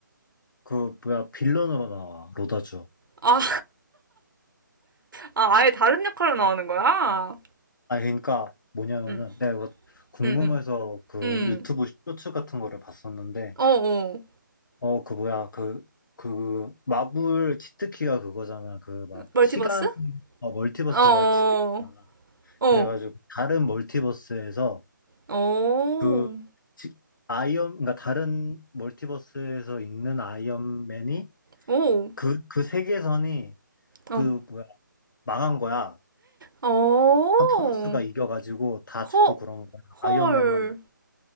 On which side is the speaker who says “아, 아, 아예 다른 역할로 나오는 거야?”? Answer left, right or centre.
Right